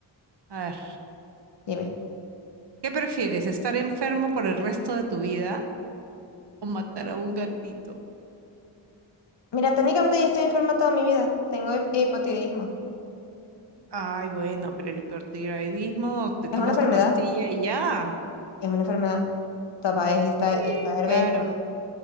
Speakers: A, on the right; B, on the left.
A: A ver,
B: Dime.
A: ¿qué prefieres, estar enfermo por el resto de tu vida o matar a un gatito?
B: Mira, técnicamente ya estoy enferma toda mi vida. Tengo hip- hipotiroidismo.
A: Ay, bueno, pero el hipertiroidismo, te tomas
B: Es una enfermedad.
A: tu pastilla y ya.
B: Es una enfermedad. Tapa, es esta,
A: Sí,
B: esta Entonces
A: claro,